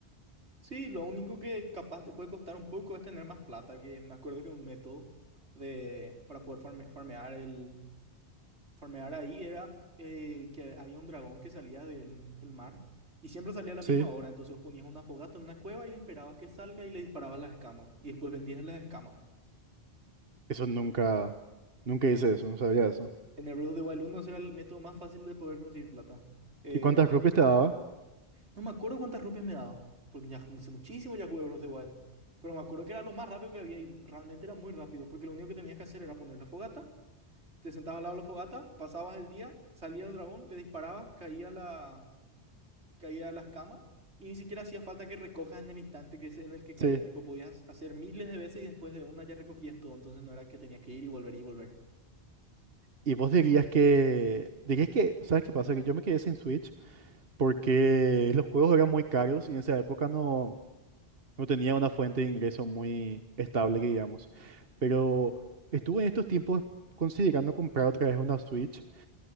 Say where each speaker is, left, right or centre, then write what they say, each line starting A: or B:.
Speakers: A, on the right; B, on the right.
A: Sí, lo único que capaz te puede costar un poco es tener más plata, que me acuerdo que un método de, para poder farme- farmear, el, farmear ahí era eh, que había un dragón que salía del, del mar y siempre salía a la
B: Sí,
A: misma hora, entonces vos ponías una fogata en una cueva y esperabas que salga y le disparabas las escamas y después vendías las escamas.
B: eso nunca, nunca hice eso, no sabía eso.
A: En el Breath of the Wild 1 ese era el método más fácil de poder conseguir plata. Eh,
B: ¿Y cuántas
A: ponía-
B: rupias te daba?
A: No me acuerdo cuántas rupias me daba, porque ya hace muchísimo ya jugué Breath of the Wild. Pero me acuerdo que era lo más rápido que había y realmente era muy rápido, porque lo único que tenías que hacer era poner la fogata, te sentabas al lado de la fogata, pasabas el día, salía el dragón, le disparabas, caía la, caía la escama y ni siquiera hacía falta que recojas en el instante que es en el que caía.
B: Sí.
A: Tipo, podías hacer miles de veces y después de una ya recogías todo, entonces no era que tenías que ir y volver y volver.
B: Y vos dirías que, dirías que, ¿sabes qué pasa? Que yo me quedé sin Switch porque los juegos eran muy caros y en esa época no, no tenía una fuente de ingreso muy estable, que digamos. Pero estuve en estos tiempos considerando comprar otra vez una Switch